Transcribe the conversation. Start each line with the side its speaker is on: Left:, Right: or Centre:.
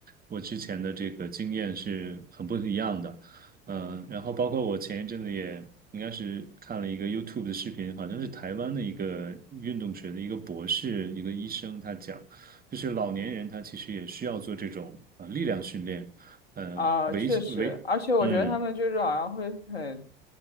Right: 我之前的这个经验是很不一样的。呃，然后包括我前一阵子也应该是看了一个 YouTube 的视频，好像是台湾的一个运动学的一个博士，一个医生，他讲，就是老年人他其实也需要做这种呃力量训练。呃，
Left: 啊，
Right: 维维，
Left: 确实，而且我觉得他们就是好像会很，
Right: 嗯